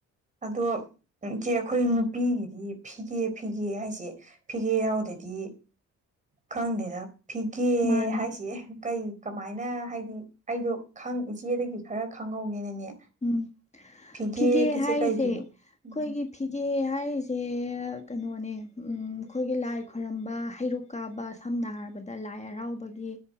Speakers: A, on the right (about 25°); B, on the left (about 20°).
A: ꯑꯗꯣꯆꯦ ꯑꯩꯈꯣꯏ ꯅꯨꯄꯤꯒꯤꯗꯤ ꯐꯤꯒꯦ ꯐꯤꯒꯦ ꯍꯥꯏꯁꯦ ꯐꯤꯒꯦ ꯌꯥꯎꯗꯗꯤ ꯈꯪꯗꯦꯗ ꯐꯤꯒꯦ
B: ꯃꯥꯅꯦ
A: ꯍꯥꯏꯁꯦ ꯀꯩ ꯀꯃꯥꯏꯅ ꯍꯥꯏꯗꯤ ꯑꯩꯗꯣ ꯈꯪ ꯏꯆꯦꯗꯒꯤ ꯈꯔ ꯈꯪꯍꯧꯒꯦꯅꯅꯦ
B: ꯎꯝ
A: ꯐꯤꯒꯦꯒꯤꯁꯦ
B: ꯐꯤꯒꯦ ꯍꯥꯏꯁꯦ
A: ꯀꯩꯒꯤꯅꯣ
B: ꯑꯩꯈꯣꯏꯒꯤ
A: ꯎꯝ
B: ꯐꯤꯒꯦ ꯐꯤꯒꯦ ꯍꯥꯏꯔꯤꯁꯦ ꯀꯩꯅꯣꯅꯦ ꯑꯩꯈꯣꯏꯒꯤ ꯂꯥꯏ ꯈꯣꯏꯔꯝꯕ ꯍꯩꯔꯨꯛ ꯀꯥꯕ ꯁꯝꯅ ꯍꯥꯏꯔꯕꯗ ꯂꯥꯏ ꯍꯔꯥꯎꯕꯒꯤ